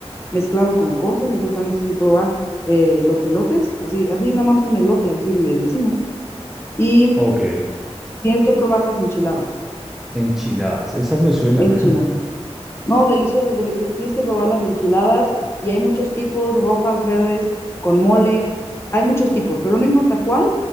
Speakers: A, on the left; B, in the centre.
A: mezclado con cosas, entonces también tienes que probar eh, los elotes, así, así nada más un elote, así le decimos. Y
B: ok.
A: tienes que probar las enchiladas,
B: Enchiladas. Esas me suenan.
A: enchiladas.
B: <laughs>
A: No, deliciosas, deliciosas. Tienes que probar las enchiladas y hay muchos tipos, rojas, verdes, con mole, hay muchos tipos, pero no importa cuál,